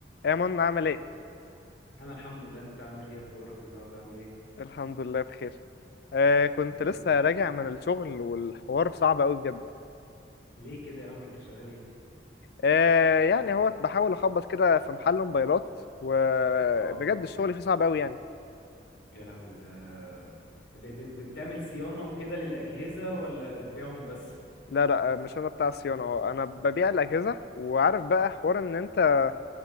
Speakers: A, on the left; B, on the left.
A: يا منى عامل ايه؟
B: انا الحمد لله انت عامل ايه اخبارك النهارده عامل ايه
A: الحمد لله بخير آه كنت
B: ده يا رب
A: لسه
B: دايما
A: راجع من الشغل والحوار صعب قوي بجد
B: ليه كده يا عم انت شغال ايه
A: آه يعني هو بحاول اخبط كده في محل موبايلات وبجد
B: اه
A: الشغل فيه صعب قوي يعني
B: يا لهوي ده ب ب بتعمل صيانه وكده للاجهزه ولا بتبيعهم بس
A: لا لا آه، مش انا بتاع الصيانة هو انا ببيع الاجهزة وعارف بقى حوار ان انت